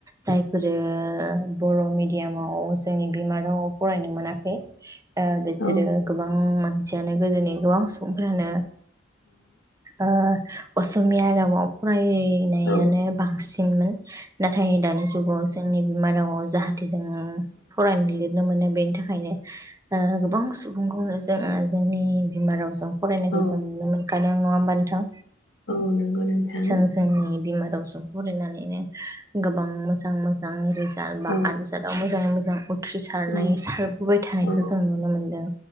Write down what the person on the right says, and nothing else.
जायफोरो बर' मिड डियामाव जोंनि बिमा रावआव फरायनो मोनाखै ओ बिसोरो
गोबां थियानो गोदोनि गोबां सुबुंफ्रानो ओ असमिया रावाव फराय हैनायानो
बांसिन मोन नाथाय दानि जुगाव जोंनि बिमा रावाव जाहा थे जों फरायनो लिरनो मोनो। बेनि थाखायनो ओ गोबां सुबुंखौनो जोङो जोंनि बिमा रावजों फरायनायखौ
जों नुनो मोनखा नो नङा होमबा नोंथां
जों जोंनि बिमा रावजों फरायनानैनो गोबां मोजां मोजां <unintelligible>
आजादआव मोजां <unintelligible> <unintelligible> थ्रि सारनाय
सारबोबाय थानायखौ
जों नुनो मोनदों